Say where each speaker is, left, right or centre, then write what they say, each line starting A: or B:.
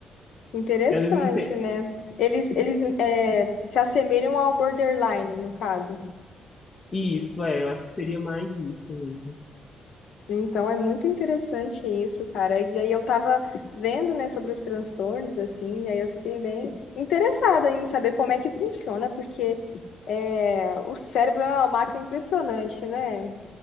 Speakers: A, on the left; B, on the left.
A: Interessante,
B: Ela não tem,
A: né? Eles, eles é, se assemelham ao borderline, no caso.
B: Isso, é, eu acho que seria mais isso mesmo.
A: Então, é muito interessante isso, cara. E aí eu tava vendo, né, sobre os transtornos, assim, e aí eu fiquei bem interessada em saber como é que funciona, porque é, o cérebro é uma máquina impressionante, né?